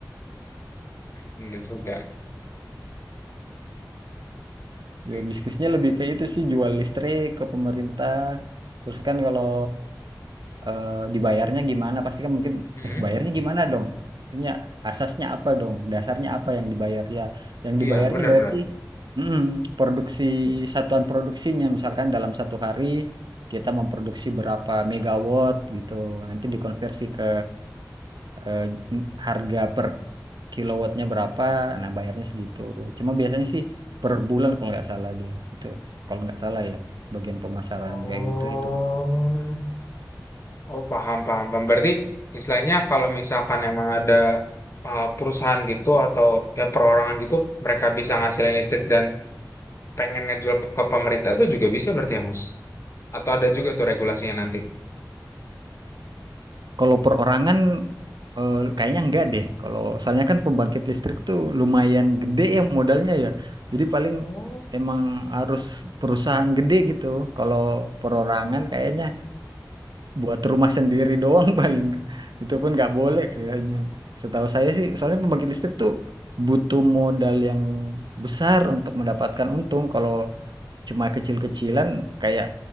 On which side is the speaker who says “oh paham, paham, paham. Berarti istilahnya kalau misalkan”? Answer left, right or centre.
Left